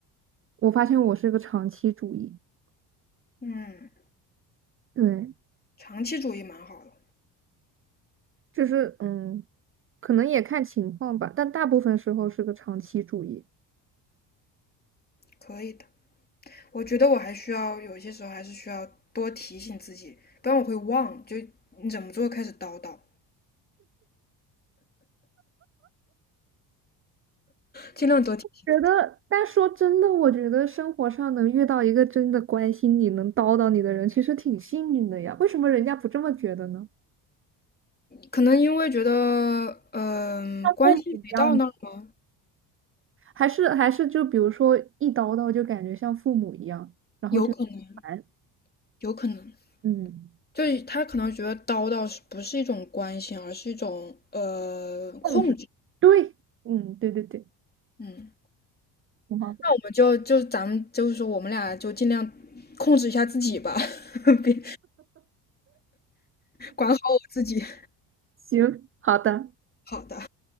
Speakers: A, on the right (about 30°); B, on the left (about 20°).
A: 我发现我是个长期主义。
B: 嗯，
A: 对，
B: 长期主义蛮好的，
A: 就是嗯，可能也看情况吧，但大部分时候是个长期主义。
B: 可以的。我觉得我还需要有些时候还是需要多提醒自己，不然我会忘，就你怎么做开始叨叨。尽量多提醒。
A: 觉得，但说真的，我觉得生活上能遇到一个真的关心你、能叨叨你的人，其实挺幸运的呀。为什么人家不这么觉得呢？
B: 可能因为觉得，嗯、
A: 像父母一样吗，
B: 呃关系没到那儿吗？
A: 还是还是就比如说一叨叨就感觉像父母一样，然后就烦，
B: 有可能，有可能，
A: 嗯，
B: 就是他可能觉得叨叨是不是一种关心，而是一种呃控制。
A: 控制。对，嗯，对对对，
B: 嗯，
A: 挺好的。
B: 那我们就就咱们就是说，我们俩就尽量控制一下自己吧，<laughs> 别管好我自己。
A: 行，好的，
B: 好的，